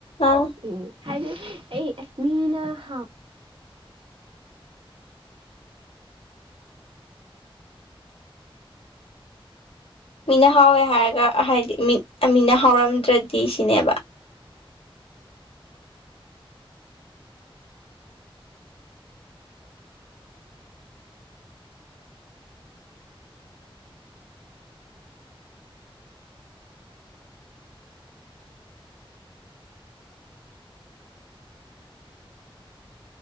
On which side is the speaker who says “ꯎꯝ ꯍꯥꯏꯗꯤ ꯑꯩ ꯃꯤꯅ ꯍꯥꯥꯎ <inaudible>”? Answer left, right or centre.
Right